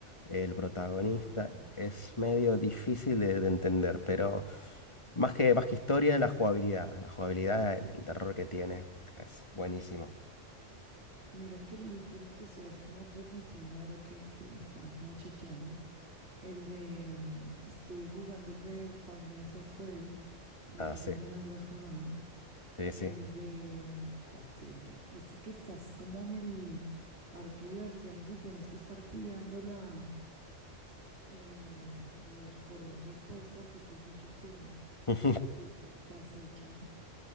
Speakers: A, on the left; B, on the right.
A: El protagonista
B: Ajá.
A: es medio difícil de, de entender, pero más que, más que historia, la jugabilidad. La jugabilidad, el, el terror que tiene es buenísimo.
B: Mira que el último que estoy así como transmitiendo ahora que, que estaba como chequeando. El de, mm, estuve jugando el de Five Nights at Freddy. No
A: Ah,
B: sé
A: sí,
B: si alguna vez lo has jugado.
A: sí,
B: El
A: sí.
B: de, mm, ¿cuál sería? Este que estás como en el parque de diversiones y tienes que estar cuidando la, eh, los corotos, pues, porque estos bichos te,
A: <laughs>
B: te, te, te acechan.